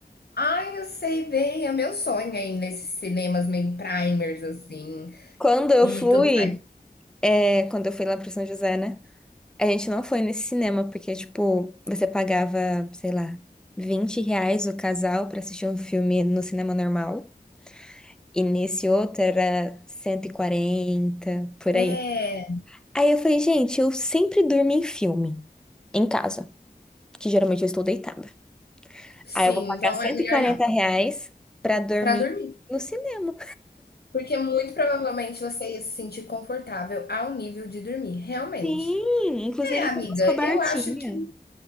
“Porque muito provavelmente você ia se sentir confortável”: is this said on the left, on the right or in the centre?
Left